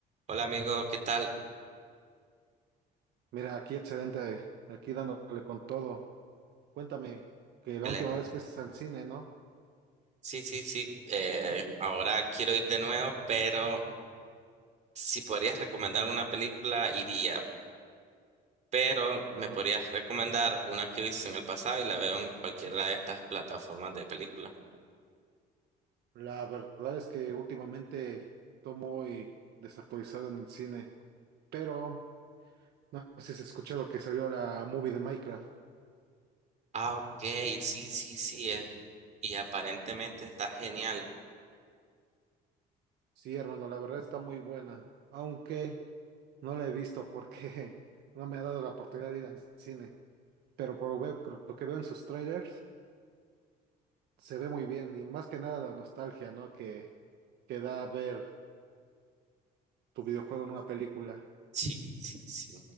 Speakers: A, on the right (about 45°); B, on the right (about 75°).
A: Hola amigo, ¿qué tal?
B: Mira, aquí excelente, aquí dándole con todo. Cuéntame, que la
A: Ele-
B: última vez fuiste al cine, ¿no?
A: Sí, sí, sí. eh, ahora quiero ir de nuevo, pero si podrías recomendarme una película, iría. Pero me
B: La,
A: podrías
B: ver-
A: recomendar una que viste en el pasado y la veo en cualquiera de estas plataformas de película.
B: la verdad es que últimamente estoy muy desactualizado en el cine, pero no sé si has escuchado que salió la movie de Minecraft.
A: Ah, ok, sí, sí, sí. eh, Y aparentemente está genial.
B: Sí, hermano, la verdad está muy buena, aunque no la he visto porque <laughs> no me ha dado la oportunidad de ir al cine. Pero por ver- lo que veo en sus trailers, se ve muy bien y más que nada la nostalgia, ¿no? Que, que da a ver. tu videojuego en una película.
A: Sí, sí, sí.